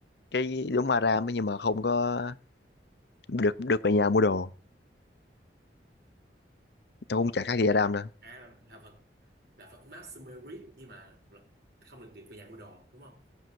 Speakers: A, on the left (about 70°); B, on the right (about 60°).
A: cái giống Aram ấy, nhưng mà không có được được về nhà mua đồ nó cũng chả
B: à,
A: khác gì Aram đâu
B: à là là vật là vẫn map Sumerit nhưng mà không được điệp về nhà mua đồ đúng không